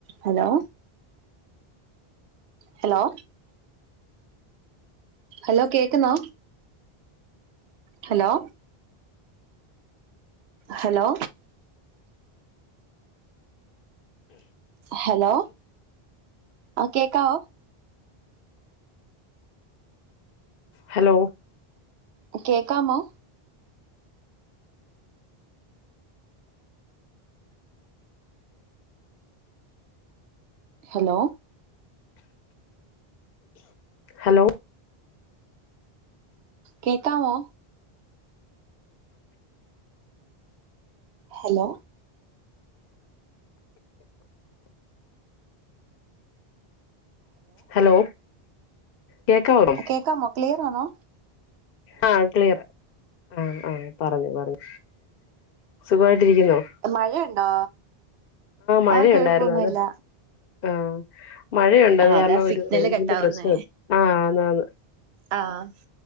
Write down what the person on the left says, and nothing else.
Hello
hello
hello കേക്കാവോ
ആഹ് ക്ലിയർ ആഹ് ആഹ് പറഞ്ഞു പറഞ്ഞു സുഖമായിട്ടിരിക്കുന്നോ
മഴയുണ്ടായിരുന്നു
അത് ആഹ് മഴയുണ്ട്
അത് കാരണം
ഒരു റേഞ്ചിന്റെ
പ്രശ്നം ഉണ്ട് ആന്ന് ആന്ന്